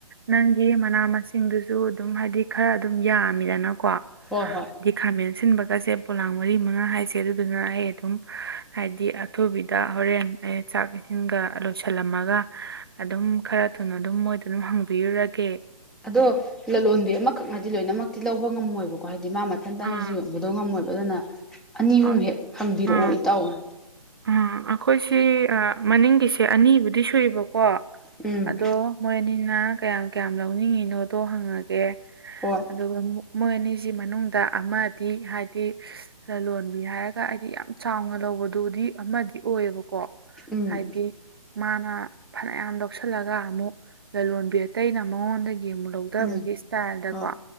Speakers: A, on the right; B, in the centre.
A: ꯅꯪ ꯋꯤ ꯃꯅꯥ ꯃꯁꯤꯡꯗꯨꯖꯨ ꯑꯗꯨꯝ ꯍꯥꯏꯗꯤ ꯈꯔ ꯑꯗꯨꯝ ꯌꯥꯝꯃꯤꯗꯅꯀꯣ
B: ꯍꯣꯏ ꯍꯣꯏ
A: ꯍꯥꯏꯗꯤ ꯈꯥꯃꯦꯟ ꯑꯁꯤꯟꯕꯒꯁꯦ ꯄꯣꯂꯥꯡ ꯃꯔꯤ ꯃꯉꯥ ꯍꯥꯏꯁꯦ ꯑꯗꯨꯗꯨꯅ ꯑꯩ ꯑꯗꯨꯝ ꯍꯥꯏꯗꯤ ꯑꯥ ꯑꯊꯨꯕꯤꯗ ꯍꯣꯔꯦꯟ ꯑꯩ ꯆꯥꯛ ꯏꯁꯤꯡꯒ ꯂꯣꯏꯁꯤꯜꯂꯝꯃꯒ ꯑꯗꯨꯝ ꯈꯔ ꯊꯨꯅ ꯑꯗꯨꯝ ꯃꯣꯏꯗꯣ ꯑꯗꯨꯝ ꯍꯪꯕꯤꯔꯨꯔꯒꯦ
B: ꯑꯗꯣ ꯂꯂꯣꯟꯕꯤ ꯑꯃꯈꯛꯅꯗꯤ ꯂꯣꯏꯅꯃꯛꯇꯤ ꯂꯧꯕ ꯉꯝꯃꯣꯏꯕꯀꯣ ꯍꯥꯏꯗꯤ ꯃꯥ ꯃꯊꯟꯇꯅꯖꯨ
A: ꯑꯥ
B: ꯌꯣꯟꯕ ꯉꯝꯃꯣꯏꯕ ꯑꯗꯨꯅ ꯑꯅꯤ
A: ꯍꯣꯏ
B: ꯑꯍꯨꯝ ꯍꯦꯛ ꯍꯪꯕꯤꯔꯛꯑꯣ
A: ꯑꯥ
B: ꯏꯇꯥꯎꯅ
A: ꯑꯥ ꯑꯩꯈꯣꯏꯁꯤ ꯑꯥ ꯃꯅꯤꯡꯒꯤꯁꯦ ꯑꯅꯤꯕꯨꯗꯤ ꯁꯨꯏꯕꯀꯣ
B: ꯎꯝ
A: ꯑꯗꯣ ꯃꯣꯏ ꯑꯅꯤꯅ ꯀꯌꯥꯝ ꯀꯌꯥꯝ ꯂꯧꯅꯤꯡꯉꯤꯅꯣꯗꯣ ꯍꯪꯉꯒꯦ
B: ꯍꯣꯏ
A: ꯑꯗꯨꯒ ꯃꯣꯏ ꯑꯅꯤꯖꯤ ꯃꯅꯨꯡꯗ ꯑꯃꯗꯤ ꯍꯥꯏꯗꯤ ꯂꯂꯣꯟꯕꯤ ꯍꯥꯏꯔꯒ ꯍꯥꯏꯗꯤ ꯌꯥꯝ ꯆꯥꯎꯅ ꯂꯧꯕꯗꯨꯗꯤ ꯑꯃꯗꯤ ꯑꯣꯏꯌꯦꯕꯀꯣ
B: ꯎꯝ
A: ꯍꯥꯏꯗꯤ ꯃꯥꯅ ꯐꯅꯌꯥꯝ ꯂꯧꯁꯤꯜꯂꯒ ꯑꯃꯨꯛ ꯂꯂꯣꯟꯕꯤ ꯑꯇꯩꯅ ꯃꯉꯣꯟꯗ ꯌꯦꯡꯉꯨ ꯂꯧ ꯗꯕꯒꯤ
B: ꯎꯝ
A: ꯏꯁꯇꯥꯏꯜꯗꯀꯣ
B: ꯍꯣꯏ